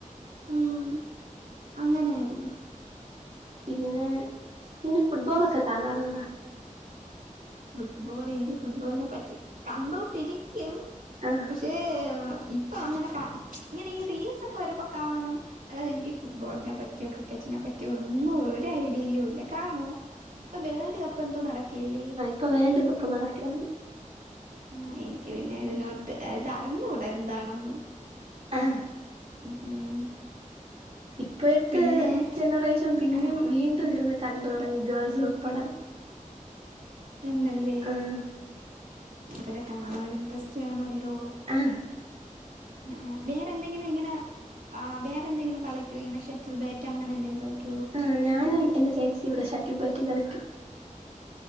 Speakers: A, on the right; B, on the right.
A: ഉം അങ്ങനായിരുന്നു
B: പിന്ന പിന്നെ ഫുട്ബോളൊക്കെ കാണാറുണ്ടാ
A: ഫുട്ബോളെനിക്ക് ഫുട്ബോളിനെ പറ്റി കണ്ടോണ്ടിരിക്കും
B: ആഹ്
A: പക്ഷേ ഇപ്പൊ അങ്ങനെ കാ ഇങ്ങനെ ഈ റീൽസ് ഒക്കെ വരുമ്പോ കാണും അല്ലാതെ എനിക്ക് ഫുട്ബോളിനെ പറ്റിയോ ക്രിക്കറ്റിനെ പറ്റിയോ ഒന്നും ഒരു ഐഡിയെയും ഇല്ല കാണോ ഇപ്പൊ വേൾഡ് കപ്പെന്തോ നടക്കേല്ലേ
B: പ്പ വേൾഡ് കപ്പ് നടക്കയാണ്
A: ആ എനിക്ക് പിന്നെ ഇതിനോട്ട് എതറിഞ്ഞുടാ എന്താണെന്ന്
B: ആ
A: ഉം ഉം.
B: ഇപ്പഴേത്ത്ജനറേഷൻ
A: പിന്നെ
B: പിന്നും
A: ആ
B: വീണ്ടും ഇതിരുന്ന് കണ്ടോടങ്ങി ഗേൾസ് ഉൾപ്പെടെ
A: തന്നല്ലേ
B: ആഹ്
A: അതക്കെ കാണാൻ ഒരു ഇൻട്രസ്റ്റ് വേണോ ല്ലോ
B: ആഹ്
A: ആആ വേറെ എന്തെങ്കിലും ഇങ്ങനെആ വേറെന്തെങ്കിലും കളിക്കോ ഇങ്ങനെ ഷട്ടിൽ ബാറ്റ് അങ്ങനെ എന്തെങ്കിലും കളി-
B: ആ ഞാനും എന്റെ ചേച്ചിയും ഇവിടെ ഷട്ടിൽ ബാറ്റ് കളി